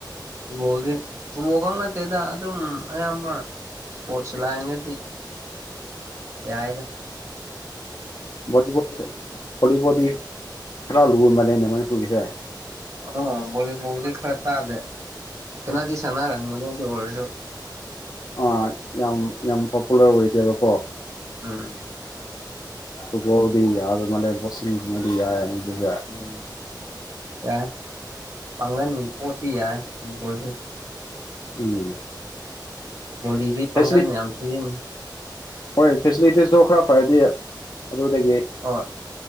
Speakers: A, on the right (about 40°); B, on the left (about 50°).
A: ꯐꯨꯕꯣꯜꯗꯤ ꯐꯨꯕꯣꯜ ꯈ ꯅꯠꯇꯦꯗ ꯑꯗꯨꯝ ꯑꯌꯥꯝꯕ ꯁꯄꯣꯔꯠꯁ ꯂꯅꯗꯤ ꯌꯥꯏꯔ
B: ꯣꯕꯣ ꯣꯂꯤꯕꯣꯜꯗꯤ ꯈꯦꯂ ꯂꯨ ꯃꯂꯦꯅꯦ ꯃꯅꯤꯄꯨꯔꯔꯤꯁꯦ
A: ꯑꯣ ꯕꯣꯂꯤꯕꯣꯜꯗꯤ ꯈꯔ ꯇꯥꯗꯦ ꯁꯅꯥꯗꯤ ꯁꯥꯟꯅꯔꯦ ꯃꯗꯤ ꯑꯣꯏꯔꯁꯨ
B: ꯑꯥ ꯌꯥꯝ ꯌꯥꯝ ꯄꯣꯄꯨꯂꯔ ꯑꯣꯏꯗꯦꯕꯀꯣ
A: ꯎꯝ
B: ꯐꯨꯕꯣꯜꯗꯤ ꯌꯥꯗ ꯃꯂꯦ ꯣꯛꯁꯤ ꯃꯗꯤ ꯌꯥꯏ ꯃꯕꯨꯖ
A: ꯎꯝ ꯌꯥꯏ ꯄꯥꯡꯒꯟꯒꯤ ꯄꯣꯠꯇꯤ ꯌꯥꯏ ꯑꯗꯨꯣꯁꯨ
B: ꯎꯝ
A: ꯣꯕꯤꯠ ꯄꯪꯒꯥꯅꯤ
B: ꯐꯦꯁꯤꯂꯤ
A: ꯌꯥꯝ ꯁꯤꯖꯤ
B: ꯍꯣꯏ ꯐꯦꯁꯤꯂꯤꯇꯤꯁꯇꯣ ꯈꯔ ꯐꯔꯗꯤ ꯑꯗꯨꯗꯒꯤ
A: ꯍꯣꯏ